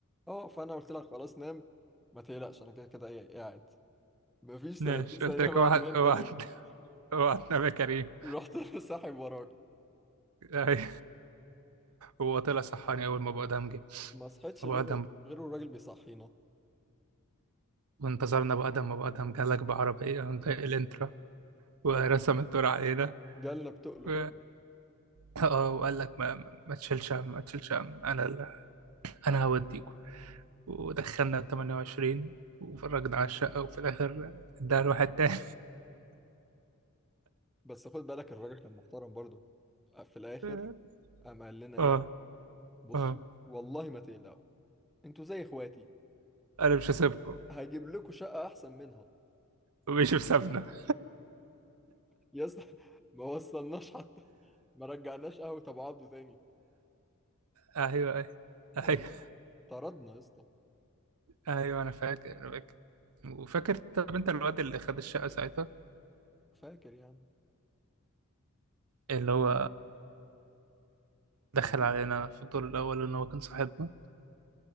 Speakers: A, in the centre; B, on the right (about 85°).
A: اه فانا قلت لك خلاص نام ما تقلقش انا كده كده ايه إيه قاعد مفيش
B: ماشي
A: 30 ثانية
B: قلت لك
A: بعد
B: اوعى
A: ما انت
B: اوعى
A: نمت
B: اوعى تنام يا كريم
A: رحت <laughs> ساحب وراك
B: أيوة. هو طلع صحاني اول ما ابو ادهم جه
A: ما صحيتش
B: ابو
A: غير
B: ادهم
A: غير الراجل بيصحينا
B: وانتظرنا ابو ادهم ابو ادهم جالك بعربيه عند الانترا ورسم
A: خد
B: الدور علينا
A: جالنا بتقل
B: و...
A: كله
B: اه وقال لك ما ما ما تشيلش هم ما تشيلش هم انا ال... انا هوديكوا ودخلنا 28 وفرجنا على الشقه وفي الاخر اداها لواحد تاني
A: بس خد بالك الراجل كان محترم برضه في الاخر
B: <laughs>
A: قام قال لنا
B: اه
A: ايه بص
B: اه
A: والله ما تقلقوا انتوا زي اخواتي
B: انا مش هسيبكم
A: هجيب لكم شقة احسن منها
B: ومش بسابنا
A: يا اسطى <laughs> ما وصلناش حتى ما رجعناش قهوة ابو عبده تاني
B: ايوه ايوه
A: والله
B: أيوة.
A: طردنا يا اسطى
B: ايوه انا فاكر انا فاكر وفاكر طب انت الواد اللي خد الشقه ساعتها
A: فاكر يعني
B: اللي
A: فاكر
B: هو دخل
A: الواد-
B: علينا في الدور الاول ان هو كان صاحبنا